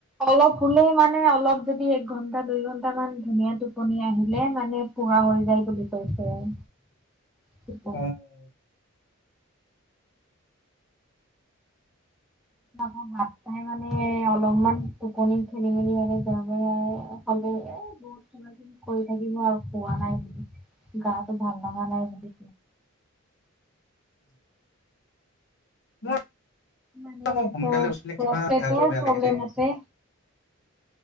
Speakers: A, in the centre; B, on the left (about 55°).
A: অলপ শুলো মানে অলপ যদি এক ঘন্টা দুই ঘন্টা মান ধুনীয়া টোপনি আহিলে মানে শুৱা হৈ যায় বুলি কৈছে আৰু
B: <inaudible>
A: কি কম
B: অ উম
A: উম ভাত খাই মানে অলপমান টোপনি খেলি মেলি হ'লে যামেই আৰু খালো এই বহুত কিবা কিবি কৰি থাকিব আৰু শুৱা নাই বুলি গাটো ভাল লগা নাই বুলি
B: উম
A: মানে
B: আকৌ সোনকালে উঠিলে
A: প্ৰষ্টেটৰ
B: কিবা গাটো বেয়া
A: প্ৰব্লেম
B: লাগি থাকে
A: আছে